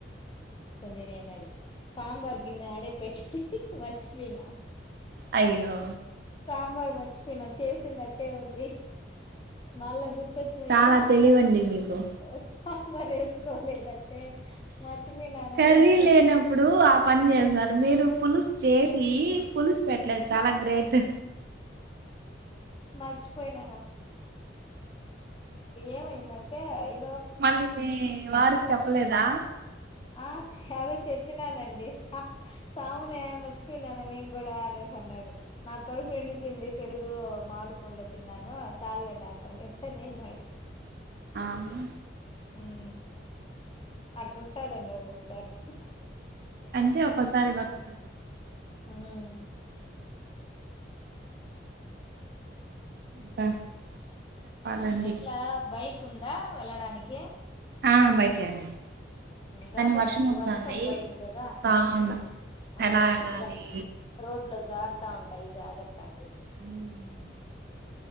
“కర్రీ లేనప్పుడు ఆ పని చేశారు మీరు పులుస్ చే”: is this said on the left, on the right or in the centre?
Right